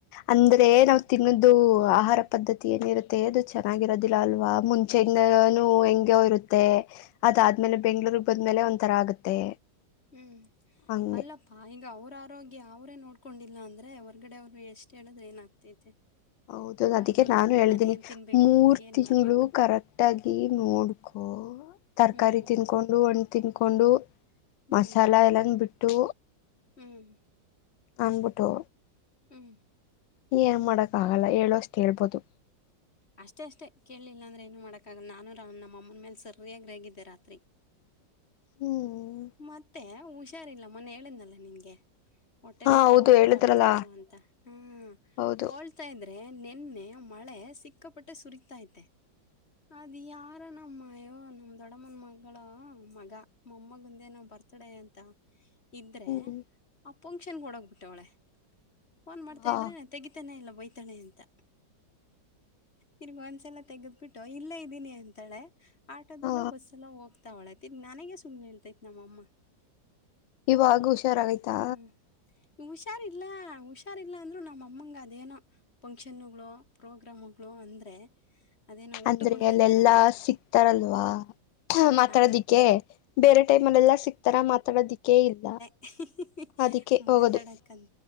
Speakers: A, on the left; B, on the left.
A: ಅಂದ್ರೆ
B: ಹ್ಮ್.
A: ನಾವ ತಿನ್ನದು ಆಹಾರ ಪದ್ಧತಿ ಏನಿರುತ್ತೆ ಅದು ಚೆನ್ನಾಗಿರೋದಿಲ್ಲ ಅಲ್ವಾ ಮುಂಚೆಯಿಂದನೂ ಹೆಂಗೋ ಇರುತ್ತೆ. ಅದಾದ್ಮೇಲೆ ಬೆಂಗ್ಳೂರ್ ಬದ್ಮೇಲೆ ಒಂಥರಾ ಆಗುತ್ತೆ.
B: ಹ್ಮ್
A: ಹಂಗೆ
B: ಅಲ್ಲ ಹಾ ಈಗ ಅವ್ರ ಆರೋಗ್ಯ ಅವರೇ ನೋಡ್ಕೊಂಡಿಲ್ಲ ಅಂದರೆ ಹೊರಗಡೆ ಅವ್ರು ಎಷ್ಟ ಹೇಳಿದ್ರೆ ಏನಾಗ್ತೈತೆ.
A: ಹೌದೌ ಅದಕ್ಕೆ
B: ಅವ್ರಿಗ್ ಗೊತ್ತು
A: ನಾನು ಹೇಳ್ದೀನಿ
B: ನಾನ್ ಏನ್ ತಿನ್ಬೇಕು
A: ಮೂರ್
B: ಏನ್
A: ತಿಂಗಳು
B: ಮಾಡ್ಬೇಕು
A: ಕರೆಕ್ಟ್ ಟ್ಟಾಗಿ ನೋಡ್ಕೊ ತರಕಾರಿ
B: ಹ್ಮ್.
A: ತಿನ್ಕೊಂಡು ಹಣ್ಣ ತಿನ್ಕೊಂಡು
B: ತಿನ್ಕೊಂಡು ಹ್ಮ್
A: ಮಸಾಲ ಎಲ್ಲಾನ ಬಿಟ್ಟು
B: ಹ್ಮ್
A: ಅನ್ಬಿಟ್ಟು
B: ಹ್ಮ್
A: ಏನ್ ಮಾಡಕ್ ಆಗಲ್ಲ ಹೇಳು ಅಷ್ಟ ಹೇಳ್ಬೋದು.
B: ಅಷ್ಟೇ ಅಷ್ಟೆ ಕೇಳಲಿಲ್ಲಾಂದ್ರೆ ಏನು ಮಾಡಕ್ಕಾಗಲ್ಲ ನಾನು ರಾವ ನಮ್ಮಮ್ಮನ ಮೇಲೆ ಸರ್ರಿಯಾಗಿ ರೇಗಿದ್ದೆ ರಾತ್ರಿ.
A: ಹ್ಮ್
B: ಮತ್ತೆ ಹುಷಾರಿಲ್ಲ ಮೊನ್ನೆ ಹೇಳಿದ್ನಲ್ಲಾ ನಿಂಗೆ. ಹೊಟ್ಟೆ
A: ಹಾ
B: ನೋವು
A: ಹೌದು
B: ಅಂತ
A: ಹೇಳಿದ್ರಲ್ಲ
B: ಅಳ್ತಿತ್ತು ಅಂತ ಹ
A: ಹೌದು
B: ಹೋಲ್ ಸಿತಾ ಇದ್ರೆ ನಿನ್ನೆ ಮಳೆ ಸಿಕ್ಕಾಪಟ್ಟೆ ಸುರಿತೈತೆ. ಅದು ಯಾರ ನಮ್ಮ ಮ ಅಯ್ಯೋ ನಮ್ ದೊಡ್ಡಮ್ಮನ ಮಗಳ ಮಗ ಮೊಮ್ಮಗಂದೇನೋ ಬರ್ತ್ ಡೇ ಅಂತ ಇದ್ರೆ
A: ಹ್ಮ್
B: ಆ ಫಂಕ್ಷನ್ ಓಡೋಗ್ಬಿಟ್ವ್ಳೆ. ಫೋನ್ ಮಾಡ್ತಾ
A: ಹಾ
B: ಇದ್ರೆ ತೆಗಿತಾನೆ ಇಲ್ಲ ಬಯ್ತಾಳೆ ಅಂತ. ತಿರ್ಗ ಒಂದ್ಸಲ ತೆಗದ್ ಬಿಟ್ಟು ಇಲ್ಲೇ ಇದ್ದೀನಿ ಅಂತಾಳೆ. ಆಟೋದಲ್ಲೂ
A: ಹಾ
B: ಬಸ್ಸ ಅಲ್ಲೋ ಹೋಗ್ತಾವ್ಳೆ ದಿನ್ ನನಗೆ ಸುಮ್ನ ಹೇಳ್ತೈತ್ ನಮ್ಮಮ್ಮ.
A: ಇವಾಗ ಹುಷಾರಾಗೈತಾ
B: ಹ್ಮ್ ಹುಷಾರಿಲ್ಲ ಹುಷಾರಿಲ್ಲ ಅಂದ್ರೂ ನಮ್ಮಮ್ಮಂಗ ಅದೇನೋ ಫಂಕ್ಷನ್ಗಳು ಪ್ರೋಗ್ರಾಮ್ಗಳು ಅಂದ್ರೆ ಅದೇನೋ ಹುಟ್ಟುಗುಣ
A: ಅಂದ್ರೆ ಅಲ್ಲೆಲ್ಲಾ
B: ಅಂತಾರಲ್ಲ
A: ಸಿಕ್ತಾರಲ್ವಾ ಮಾತಾಡೋದಿಕ್ಕೆ
B: ಆ
A: ಬೇರೆ ಟೈಮ್ ಅಲ್ಲೆಲ್ಲ ಸಿಕ್ತಾರ ಮಾತಾಡೋದಿಕ್ಕೆ ಇಲ್ಲ.
B: <unintelligible>
A: ಅದಕ್ಕೆ
B: ಮಾತಾಡಕಂದ
A: ಹೋಗೋದು